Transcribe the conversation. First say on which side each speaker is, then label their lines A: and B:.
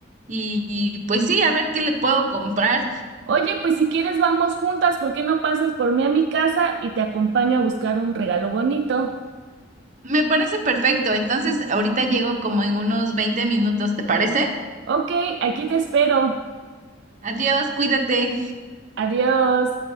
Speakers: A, on the right; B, on the right.
A: y, y, pues sí, a ver qué le puedo comprar.
B: Oye, pues si quieres vamos juntas, ¿por qué no pasas por mí a mi casa y te acompaño a buscar un regalo bonito?
A: Me parece perfecto, entonces ahorita llego como en unos 20 minutos, ¿te parece?
B: Ok, aquí te espero.
A: Adiós, cuídate.
B: Adiós.